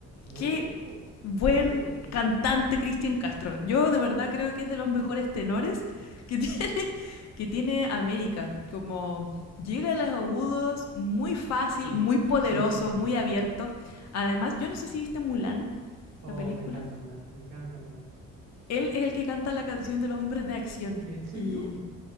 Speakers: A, on the right (about 60°); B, on the left (about 60°).
A: Oh,
B: qué buen
A: ok, ok.
B: cantante Cristian Castro. Yo de verdad creo que es de los mejores tenores que <laughs> tiene, que tiene América. Como llega a los agudos muy fácil,
A: Sí,
B: muy poderoso,
A: sí, sí, sí.
B: muy abierto. Además, yo no sé si viste Mulan,
A: Oh,
B: la película.
A: me encanta Mulan, me encanta Mulan.
B: Él es el que canta la canción de los hombres de acción.
A: ¿En serio?
B: Y